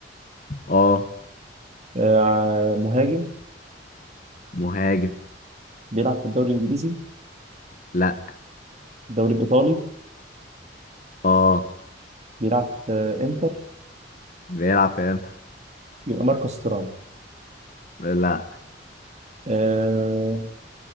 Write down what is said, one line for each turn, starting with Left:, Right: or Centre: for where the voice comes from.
Left: أه
Right: آه، مهاجم
Left: مهاجم
Right: بيلعب في الدوري الانجليزي
Left: لا
Right: الدوري الايطالي
Left: أه
Right: بيلعب في آه، انتر
Left: بيلعب في إمتى
Right: يبقى ماركوس تورام
Left: لا
Right: اه